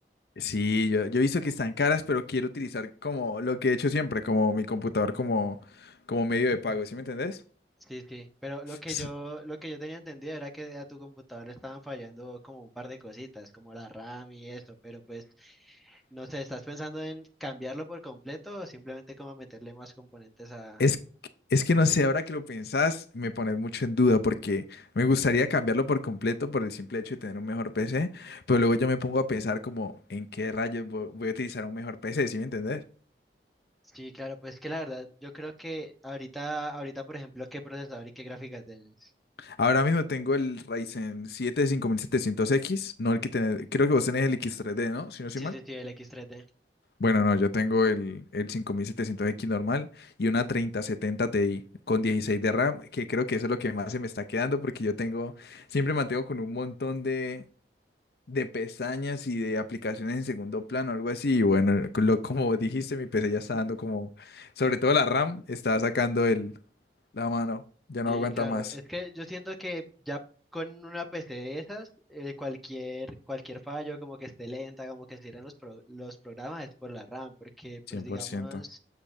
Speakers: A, on the left (about 60°); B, in the centre.
A: Sí, yo, yo he visto que están caras, pero quiero utilizar como lo que he hecho siempre, como mi computador como, como medio de pago, ¿sí me entendés?
B: Sí, sí, pero lo que
A: S-
B: yo, lo que yo tenía entendido era que a tu computador le estaban fallando como un par de cositas, como la RAM y eso, pero pues, no sé, ¿estás pensando en cambiarlo por completo o simplemente como meterle más componentes a
A: Es, es que no sé, ahora que lo pensás, me pones mucho en duda porque me gustaría cambiarlo por completo por el simple hecho de tener un mejor PC, pero luego yo me pongo a pensar como en qué rayos vo- voy a utilizar un mejor PC, ¿sí me entendés?
B: Sí, claro, pues que la verdad, yo creo que ahorita, ahorita, por ejemplo, ¿qué procesador y qué gráfica tienes?
A: Ahora mismo tengo el Ryzen siete cinco mil setecientos x no el que tenés, creo que vos tenés el x tres D, ¿no? Si no soy
B: Sí,
A: mal.
B: sí, sí, el X3D.
A: Bueno, no, yo tengo el, el cinco mil setecientos x normal y una treinta setenta Ti con dieciséis de RAM, que creo que eso es lo que más se me está quedando porque yo tengo... Siempre mantengo con un montón de, de pestañas y de aplicaciones en segundo plano, algo así. Y bueno, lo- como dijiste, mi PC ya está dando como, sobre todo la RAM, está sacando el, la mano, ya
B: Sí,
A: no aguanta
B: claro,
A: más.
B: es que yo siento que ya con una PC de esas, eh, cualquier, cualquier fallo, como que esté lenta, como que cierren los, pro- los programas, es por la RAM, porque
A: 100%.
B: pues digamos,